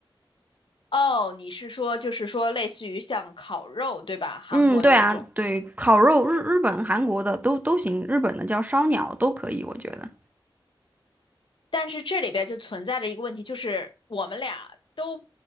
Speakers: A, on the left; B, on the right.
A: 哦，你是说就是说类似于像烤肉，对吧？韩国的那种。
B: 嗯，对啊，对，烤肉日日本、韩国的都都行，日本的叫烧鸟都可以，我觉得。
A: 但是这里边就存在着一个问题，就是我们俩都